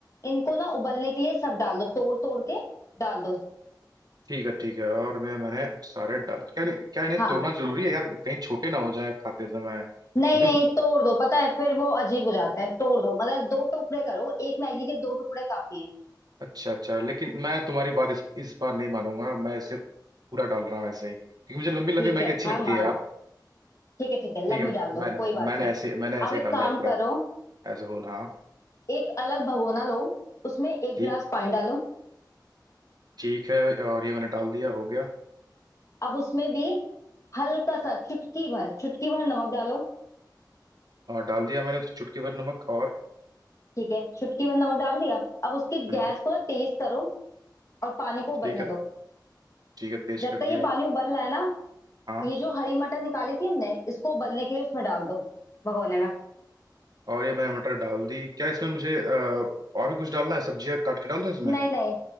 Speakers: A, on the left; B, on the right.
A: इनको ना उबलने के लिए सब डाल दो तोड़ तोड़ के डाल दो
B: ठीक है ठीक है और मैं मैंने सारे डाल क्या क्या इन्हें
A: हाँ
B: तोड़ना जरूरी है यार कहीं छोटे ना हो जाए खाते समय
A: नहीं
B: मुझे
A: नहीं तोड़ दो पता है फिर वो अजीब हो जाते हैं तोड़ दो मतलब दो टुकड़े करो एक मैगी के दो टुकड़े काफी है
B: अच्छा अच्छा लेकिन मैं तुम्हारी बात इस इस बार नहीं मानूंगा मैं इसे पूरा डाल रहा हूँ ऐसे ही क्योंकि मुझे लंबी लंबी
A: ठीक
B: मैगी
A: है अच्छा
B: अच्छी लगती
A: मान
B: है यार
A: ठीक है ठीक है
B: ठीक
A: लंबी
B: है
A: डाल दो
B: मैंने
A: कोई बात
B: मैंने
A: नहीं
B: ऐसे मैंने ऐसे
A: अब
B: ही
A: एक
B: डाल
A: काम
B: दिया पूरा
A: करो
B: As a whole हाँ
A: एक अलग भगोना लो उसमें एक
B: जी
A: गिलास पानी डालो
B: ठीक है और ये मैंने डाल दिया हो गया
A: अब उसमें भी हल्का सा चुटकी भर चुटकी भर नमक डालो
B: और डाल दिया मैंने चुटकी भर नमक और
A: ठीक है चुटकी भर नमक डाल दिया अब उसकी
B: हम्म,
A: गैस को ना तेज करो और पानी को उबलने
B: ठीक है
A: दो
B: ठीक है तेज
A: जब
B: कर
A: तक
B: दिया
A: ये पानी उबल रहा है ना
B: हाँ
A: ये जो हरी मटर निकाली थी हमने इसको उबलने के लिए उसमें डाल दो भगोने में
B: और ये मैंने मटर डाल दी क्या इसमें मुझे अ, और भी कुछ डालना है सब्जियां काट के डाल दो इसमें
A: नहीं नहीं